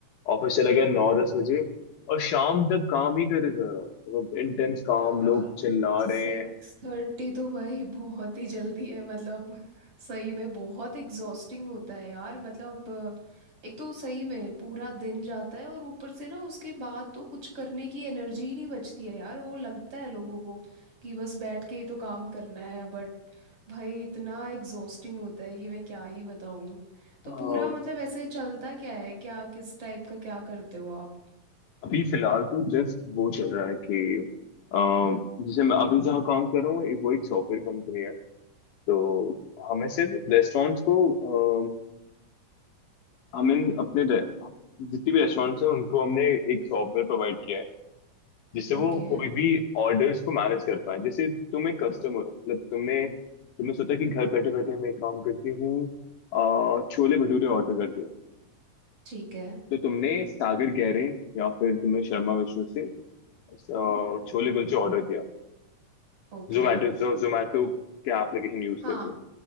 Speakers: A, on the left; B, on the right.
A: ऑफिस चला गया नौ दस बजे और शाम तक काम ही करते जा रहा हूँ मतलब इंटेंस काम
B: यार
A: लोग चिल्ला
B: सिक्स
A: रहे हैं
B: थर्टी तो भाई बहुत ही जल्दी है मतलब सही में बहुत एग्जॉस्टिंग होता है यार मतलब अ, एक तो सही में पूरा दिन जाता है और ऊपर से ना उसके बाद तो कुछ करने की एनर्जी ही नहीं बचती है यार वो लगता है लोगों को कि बस बैठ के ही तो काम करना है बट भाई इतना एग्जॉस्टिंग होता है कि मैं क्या ही बताऊँ तो
A: हाँ,
B: पूरा मतलब ऐसे चलता क्या है क्या किस टाइप का क्या करते हो आप
A: अभी फिलहाल तो जस्ट वो चल रहा है कि अम, जैसे मैं अभी जहाँ काम कर रहा हूँ एक- वो एक सॉफ्टवेयर कंपनी है तो हमें सिर्फ रेस्टोरेंट्स को अम, हमें अपने रे- जितनी भी रेस्टोरेंट्स हैं उनको हमने एक सॉफ्टवेयर प्रोवाइड किया है जिससे
B: ओके
A: वो कोई भी ऑर्डर्स को मैनेज कर पाए जैसे तुम एक कस्टमर हो मतलब तुमने तुमने सोचा कि घर बैठे बैठे मैं एक काम करती हूँ अ, छोले भटूरे ऑर्डर करती हूँ
B: ठीक है
A: तो तुमने सागर गहरे या फिर तुमने शर्मा विष्णु से अ, छोले कुलचे ऑर्डर किया
B: ओके
A: जोमेटो जो जोमेटो के एप्लीकेशन यूज
B: हाँ
A: करके